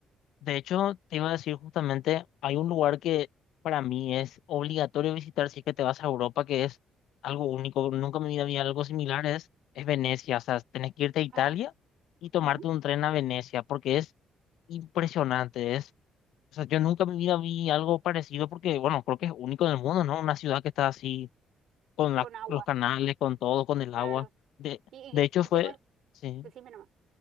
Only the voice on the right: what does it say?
Ah,
ujú,
Con
agua,
claro.
Y,
y,
y tengo,
decime nomás,